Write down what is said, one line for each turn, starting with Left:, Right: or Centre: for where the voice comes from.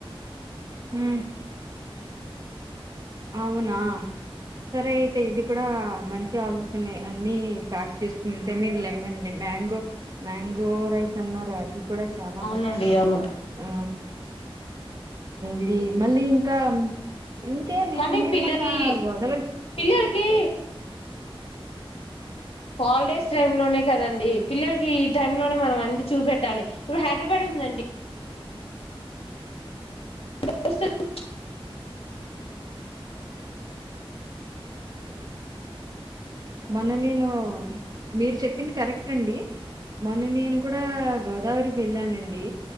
Right: హుమ్ అవునా సరే అయితే ఇది కూడా మంచి ఆలోచనే, అన్ని ప్యాక్ చేసుకుంటే మీరు లెమన్ మ్యాంగో మ్యాంగో రైస్ అన్నారా అది కూడా చాలా
Left: అవునండి
Right: మంచిది
Left: అవును
Right: ఆ ఇది మళ్ళీ ఇంకా ఉ ఓకే నేను
Left: కానీ
Right: నేను
Left: పిల్లకి
Right: మొన్న గోదావరి ఉమ్
Left: పిల్లలకి హాలిడేస్ టైమ్ లోనే కదండి పిల్లలకి ఈ టైమ్ లోనే మనం అన్ని చూపెట్టాలి ఇప్పుడు హైదరాబాద్ ఉందండి స
Right: మొన్న నేను మీరు చెప్పింది కరెక్ట్ అండి మొన్న నేను కూడా గోదావరికి వెళ్ళానండి